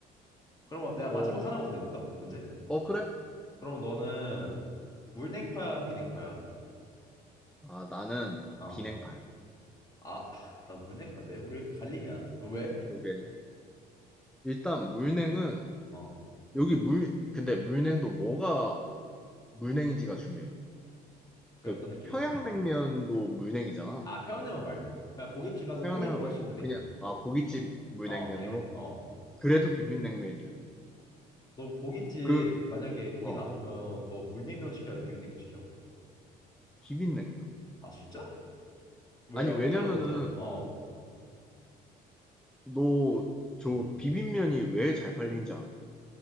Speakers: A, on the left; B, in the centre.
A: 그러면 내가
B: 어,
A: 마지막 하나만 더 내줄까? 문제?
B: 어 그래?
A: 그럼 너는 물냉파야, 비냉파야?
B: 아 나는
A: 어.
B: 비냉발.
A: 아, 나 물냉파인데? 우리 왜 이렇게 갈리냐? 너 왜?
B: 그게 일단 물냉은
A: 어.
B: 여기 물 근데 물냉도 뭐가 물냉인지가 중요해.
A: 그게
B: 그
A: 어떤 느낌이지?
B: 평양냉면도
A: 어.
B: 물냉이잖아.
A: 아, 편 냉면 말고. 그냥 고깃집 가서
B: 평양냉면
A: 흔히 먹을
B: 말고
A: 수 있는 냉면.
B: 그냥 아 고깃집 물냉면으로
A: 어, 물냉면. 어.
B: 그래도 비빔냉면이야.
A: 너 고깃집
B: 그
A: 만약에 고기
B: 어
A: 남으면 너 물냉면 시켜? 아니면 비빔냉면 시켜?
B: 비빔냉면.
A: 아, 진짜? 왜?
B: 아니
A: 어,
B: 왜냐면은
A: 들어보자. 어.
B: 너 저
A: 음.
B: 비빔면이 왜 잘 팔리는지 알아?